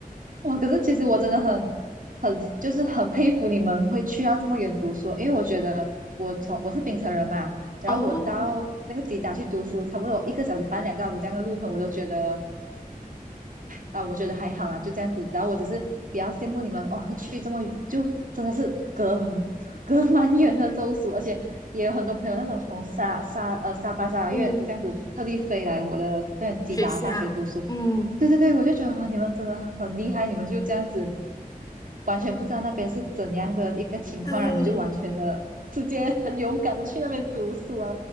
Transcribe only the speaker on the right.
哇！可是其实我真的很，就是很佩服你们会去到这么远读书，因为我觉得我从我是槟城人嘛，然后我到那个吉达去读书，
差不多一个小时半两个小时这样的路程，我都觉得啊、呃我觉得还好啦，就这样子。然后我只是比较羡慕你们哇，会去这么就真的是隔很隔蛮远的州属，而且也有很多朋友那种从沙沙呃沙巴沙拉越这样子特地飞来我的那吉达大学读书。
对对对，我就觉得哇，你们真的很厉害，你们就这样子完全不知道那边是怎样的一个情况，
然后你们就完全的直接很勇敢的去那边读书啊。